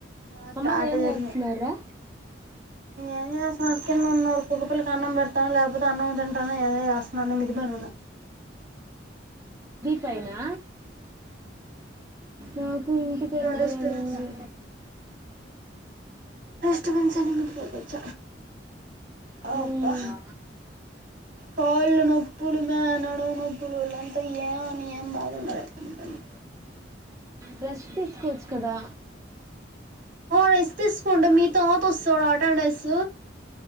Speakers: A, on the right; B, on the right.
A: అట్ట
B: అమ్మలు
A: అట్ట
B: ఏం
A: జరిగినయి
B: చేస్తున్నారా
A: ఏం చేస్తున్నారు కింద ఉన్నారు కుక్క పిల్లకు అన్నం ాను లేకపోతే అన్నం తింటాను ఏదో చేస్తున్నా అన్న ఇది పని ఉన్నా
B: పైనా నాకు ఇంటికి
A: ఇంట్లో
B: వెల్లాలని
A: డిస్టబెన్స్
B: ఉంది
A: మసాల మీచ్చ అబా
B: మ్మ్.
A: కాళ్ళు నొప్పులు మే నడవు నొప్పులు వాళంతా ఏ అని ఏం బాగుండంటుంది
B: రెస్ట్ తీస్కోవచ్చు కదా
A: రెస్ట్ తీసుకోంటె మీతో తసడ టాండస్